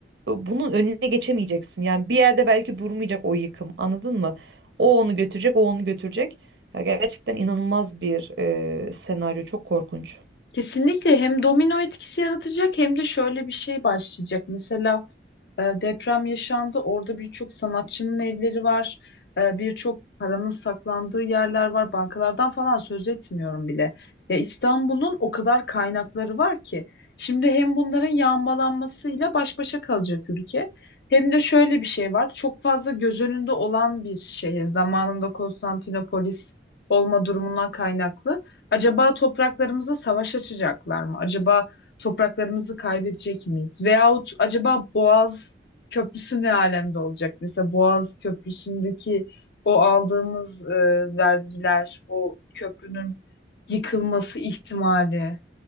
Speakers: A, on the right (about 75°); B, on the left (about 65°).
A: E, Bunun önüne geçemeyeceksin. Yani bir yerde belki durmayacak o yıkım. Anladın mı? O onu götürecek, o onu götürecek. Ya gerçekten inanılmaz bir e, senaryo. Çok korkunç.
B: Kesinlikle hem domino etkisi yaratacak hem de şöyle bir şey başlayacak. Mesela E, deprem yaşandı. Orada birçok sanatçının evleri var. E, birçok paranın saklandığı yerler var. Bankalardan falan söz etmiyorum bile. Ya İstanbul'un o kadar kaynakları var ki. Şimdi hem bunların yağmalanmasıyla baş başa kalacak ülke. Hem de şöyle bir şey var. Çok fazla göz önünde olan bir şehir. Zamanında Konstantinopolis olma durumundan kaynaklı. Acaba topraklarımıza savaş açacaklar mı? Acaba topraklarımızı kaybedecek miyiz? Veyahut acaba Boğaz Köprüsü ne alemde olacak? Mesela Boğaz Köprüsü'ndeki o aldığımız e, vergiler, o köprünün yıkılması ihtimali,